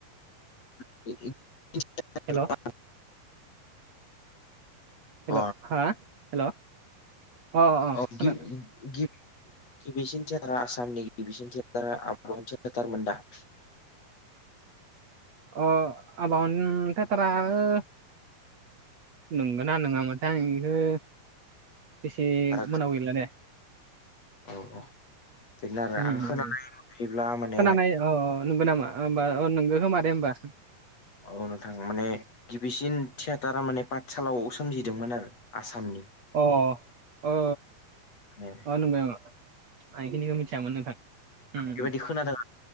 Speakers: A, on the left; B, on the right.
A: <unintelligible>
B: हेल' हेल'
A: अ
B: हा हेल' अ
A: औ
B: खोनादों
A: गिब गिब गिबिसिन थियेटारा आसामनि गिबिसिन थियेटारा आगोलाव सेथारमोनदा <unintelligible>
B: अ आबाहन थियेटार आरो नंगोना नङा मोनथाया आं बेखौ बेसे
A: फाराग
B: मोनाव गैला दे
A: औ औ बिनो आरो
B: उम
A: आं
B: उम
A: खोनानाय
B: उम।
A: मथेब्ला माने
B: खोनानाय अ नोंगौ नामा होमबा अ नोंगो खोमा दे होमबा
A: औ नोंथां माने गिबिसिन थियाेटारा माने पाठसालाव सोमजिदोंमोन आरो आसामनि
B: अ ओ
A: उम <unintelligible>
B: नोंगो आं बेखिखौ मिथियामोन नोंथां
A: बेबायदि खोनादों